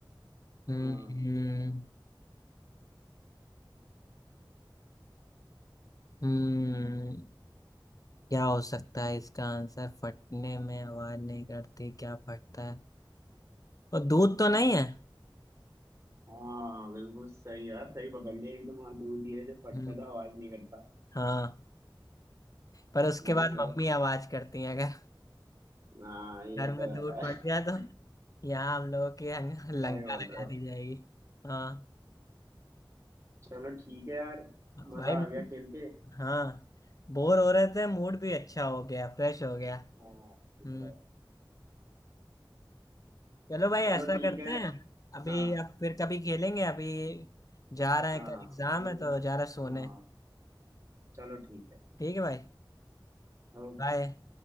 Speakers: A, on the left; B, on the right.
A: हम्म
B: हाँ
A: हम्म हम्म, क्या हो सकता है इसका आंसर फटने में आवाज नहीं करती क्या फटता है और दूध तो नहीं है
B: हाँ बिल्कुल सही यार सही पकड़ लिया एकदम हाँ दूध ही है जो फटता
A: हम्म
B: था आवाज नहीं करता
A: हाँ पर उसके
B: नाइस
A: बाद मम्मी आवाज करती है अगर
B: हाँ ये
A: घर में
B: तो है
A: दूध फट जाए
B: <laughs>
A: तो यहाँ हम लोगों के यहाँ लंका
B: सही बोल
A: लगा
B: रहे हो
A: दी जाएगी हाँ
B: चलो ठीक है यार मजा
A: भाई
B: आ गया खेल के
A: हाँ बोर हो रहे थे मूड भी अच्छा हो गया फ्रेश हो गया
B: हाँ ये तो
A: हम्म
B: है
A: चलो भाई
B: चलो
A: ऐसा
B: ठीक
A: करते
B: है
A: हैं अभी
B: हाँ
A: अब फिर कभी खेलेंगे अभी जा रहे हैं
B: हाँ
A: कल एग्जाम
B: अभी मैं
A: है तो जा रहे हैं सोने
B: हाँ चलो ठीक है
A: ठीक है भाई
B: ओके
A: बाय